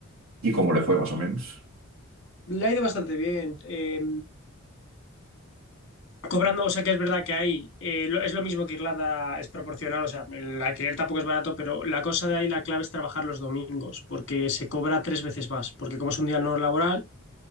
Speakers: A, on the right; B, on the left.
A: y cómo le fue más o menos.
B: Le ha ido bastante bien. eh, cobrando, o sea que es verdad que hay, eh, lo- es lo mismo que Irlanda, es proporcional, o sea, el alquiler tampoco es barato, pero la cosa de ahí, la clave es trabajar los domingos, porque se cobra tres veces más, porque como es un día no laboral,